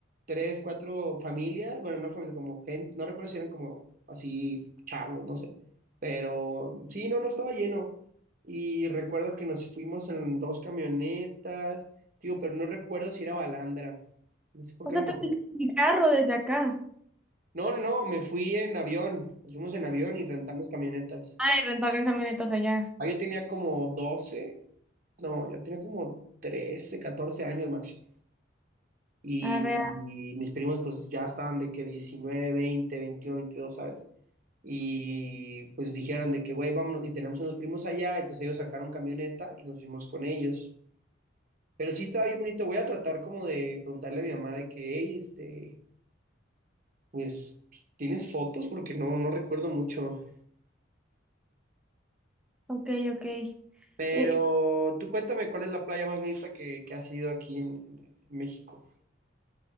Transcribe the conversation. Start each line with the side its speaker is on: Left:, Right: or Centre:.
Right: tres, cuatro familias, bueno, no familias, como gente, no recuerdo si eran como así chavos, no sé, pero sí, no, no estaba lleno. Y recuerdo que nos fuimos en dos camionetas, digo, pero no recuerdo si era Balandra, no sé por
Centre: O
Right: qué
Centre: sea,
Right: no me
Centre: te
Right: acuerdo.
Centre: fuiste en mi carro desde acá.
Right: No, no, no, me fui en avión, nos fuimos en avión y rentamos camionetas.
Centre: Ay, rentaron camionetas allá.
Right: Ah, yo tenía como 12, no, yo tenía como 13, 14 años máximo. Y,
Centre: Arre,
Right: y mis primos pues ya estaban de que diecinueve veinte veintiuno veintidós ¿sabes? Y pues dijeron de que, güey, vámonos, y tenemos unos primos allá, entonces ellos sacaron camioneta y nos fuimos con ellos. Pero sí estaba bien bonito, voy a tratar como de preguntarle a mi mamá de que, hey, este, pues, ¿tienes fotos? Porque no, no recuerdo mucho.
Centre: ok, ok.
Right: Pero
Centre: Eh,
Right: tú cuéntame cuál es la playa más bonita que, que has ido aquí en, en- en México.